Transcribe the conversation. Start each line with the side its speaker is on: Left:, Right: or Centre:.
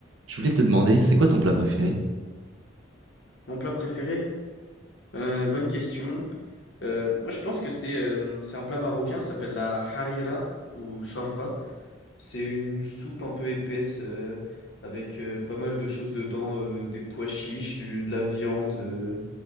Right: Je voulais te demander, c'est quoi ton plat préféré?
Left: Mon plat préféré? Euh, bonne question. Euh, moi, je pense que c'est euh, c'est un plat marocain, ça s'appelle la harira ou shorba. C'est une soupe un peu épaisse euh, avec euh, pas mal de choses dedans, euh, des pois chiches, du- de la viande. euh,